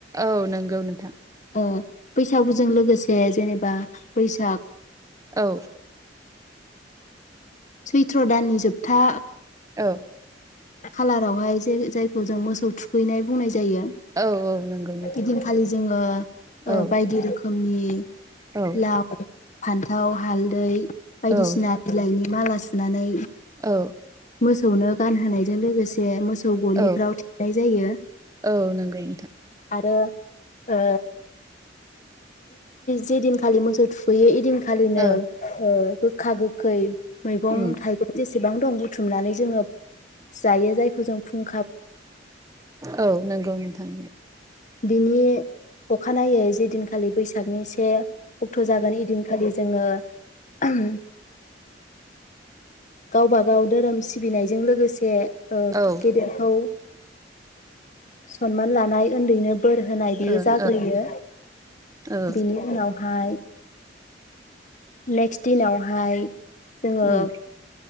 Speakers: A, on the right; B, on the left.
A: औ नंगौ नोंथां।
B: अ बैसागुजों लोगोसे जेनेबा बैसाग
A: औ।
B: सैथ्र' दाननि जोबथा
A: औ।
B: खालारावहाय जे जायखौ जों मोसौ थुखैनाय बुंनाय जा जायो
A: औ औ नंगौ नोंथां
B: इदिनखालि जोङो ओ
A: औ
B: बायदि रोखोम नि
A: औ
B: लाव फान्थाव हालदै बायदिसिना
A: औ
B: बिलाइनि माला सुनानै
A: औ।
B: सौनो गानहोनायजों लोगोसे मोस सौ गलिफ्राव
A: औ
B: थिबनाय जायो
A: औ नंगौ नोंथां
B: आरो ओ जे दिन खालि मोसौ थुखैयो एदिन खालिनो
A: औ
B: ओ गोखा गोखै। मैगं
A: उम
B: थाइगं बेसे बेसेबां दं बुथुमनानै जोङो जायो जायखौ जों फुं
A: औ नोंगौ नोंथां
B: बिनि अखानायै जेदिनखालि बैसागनि से अक्ट जागोन एदिनखालि जोङो ओहम गावबा गाव धोरोम सि सिबिनायजों लोगोसे ओ
A: औ
B: गेदेरखौ सनमान लानाय उन्दैनो बोर होनाय बियो
A: ओं
B: जाग्रोयो
A: ओं ओ
B: बिनि उनावहाय नेक्सट दिनावहाय जोङो
A: उम